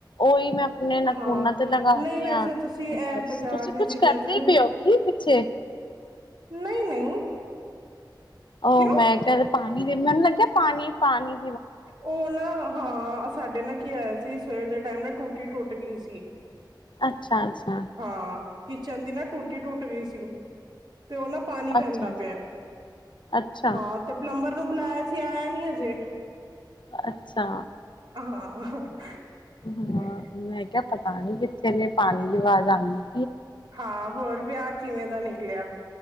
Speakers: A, on the left (about 80°); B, on the right (about 75°).
A: ਉਹੀ ਮੈਂ ਆਪਣੇ ਨਖੂਨਾਂ
B: ਹਾਂ
A: ਤੇ ਲਗਾ
B: ਨਹੀਂ
A: ਰਹੀ
B: ਵੈਸੇ
A: ਆ
B: ਤੁਸੀਂ
A: ਤੇ
B: ਇਹ
A: ਬਸ
B: ਬਾਜ਼ਾਰ
A: ਤੁਸੀਂ
B: ਦੀ
A: ਕੁਛ
B: ਚੀਜ਼ਾਂ
A: ਕਰਦੇ
B: ਤੁਸੀਂ
A: ਪਏ ਹੋ ਕੀ ਪਿੱਛ?
B: ਨਹੀਂ ਨਹੀਂ
A: ਉਹ
B: ਕਿਉਂ
A: ਮੈਂ ਕਿਹਾ ਪਾਣੀ ਮੈਨੂੰ ਲੱਗਿਆ ਪਾਣੀ-ਪਾਣੀ
B: ਉਹ ਨਾ ਹਾਂ। ਸਾਡੇ ਨਾ ਕੀ ਹੋਇਆ ਸੀ ਸਵੇਰੇ ਦੇ ਟਾਈਮ ਨਾ ਟੁੱਟੀ ਟੁੱਟ ਗਈ ਸੀ।
A: ਅੱਛਾ ਅੱਛਾ
B: ਹਾਂ। ਕਿਚਨ ਦੀ ਨਾ ਟੂਟੀ ਟੁੱਟ ਗਈ ਸੀ। ਤੇ ਉਹ ਨਾ ਪਾਣੀ ਬਹਿੰਦਾ
A: ਅੱਛਾ
B: ਪਿਆ,
A: ਅੱਛਾ ਅੱਛਾ
B: ਹਾਂ ਤੇ ਪਲੰਬਰ ਨੂੰ ਬੁਲਾਇਆ ਸੀ ਆਇਆ ਨੀ ਹਜੇ।
A: ਅੱਛਾ,
B: ਹਾਂ
A: ਹਾਂ
B: ਤੇ
A: ਮੈਂ ਕਿਹਾ, ਪਤਾ ਨੀ ਕਿੱਥੇ ਨੇ ਪਾਣੀ ਦੀ ਆਵਾਜ਼ ਆਉਂਦੀ।
B: ਹਾਂ ਹੋਰ ਵਿਆਹ ਕਿਵੇਂ ਦਾ ਨੀ ਕਲਿਆ,